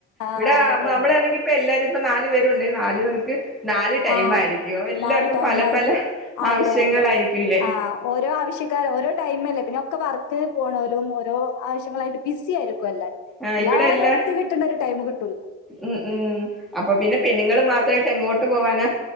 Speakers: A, on the left; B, in the centre.
A: ആ
B: ഇവിടെ
A: അതെ
B: നമ്മളാണെങ്കി
A: അതെ
B: ഇപ്പ എല്ലാരും ഇപ്പൊ നാല് പേരുണ്ടെങ്കിൽ നാല് പേർക്ക് നാല് ടൈം
A: ആ
B: ആയിരിക്കും എല്ലാർക്കും
A: നാല് ടൈം
B: പല
A: ആയിരിക്കും
B: പല
A: അതെ
B: ആവശ്യങ്ങളായിരിക്കുംല്ലേ
A: അതെ ആ ഓരോ ആവശ്യക്കാര് ഓരോ ടൈമല്ലേ പിന്നെ ഒക്കെ വർക്ക് പോണലും ഓരോ ആവശ്യങ്ങളായിട്ട് ബിസി ആയിരിക്കും എല്ലാരും
B: ആ
A: എല്ലാരും
B: ഇവിടെ എല്ലാ
A: ഒത്ത് കിട്ടേണ്ട ഒരു ടൈം കി
B: ഉം ഉം അപ്പൊ പിന്നെ പെണ്ണുങ്ങൾ മാത്രമായിട്ട് എങ്ങോട്ട് ഇട്ട് പോവാന